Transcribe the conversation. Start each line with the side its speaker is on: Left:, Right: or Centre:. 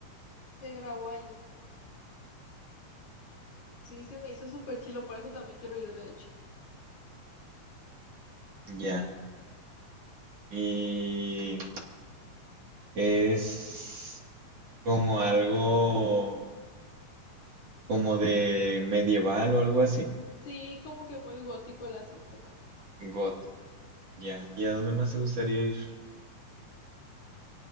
Left: se grabó ahí. Sí, se me hizo súper chilo, por eso también quiero ir, de hecho.
Right: Ya. Y es como algo como de medieval o algo así.
Left: Sí, como que muy gótico el asunto también.
Right: Got, ya. ¿Y a dónde más te gustaría ir?